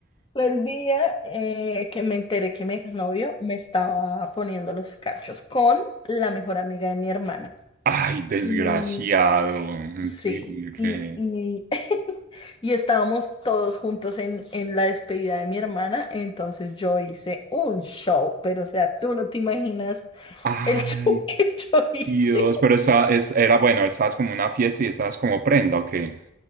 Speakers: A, on the left; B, on the right.
A: El día eh, que me enteré que mi exnovio me estaba poniendo los cachos con la mejor amiga de mi hermana.
B: Ay, desgraciado,
A: Y
B: increíble.
A: sí, y, y, <laughs> y estábamos todos juntos en, en la despedida de mi hermana, entonces yo hice un show, pero o sea, tú no te imaginas
B: Ay,
A: el <laughs> show que yo hice.
B: Dios, pero esa, es, era bueno, estabas como una fiesta y estabas como prenda, ¿o qué? <laughs>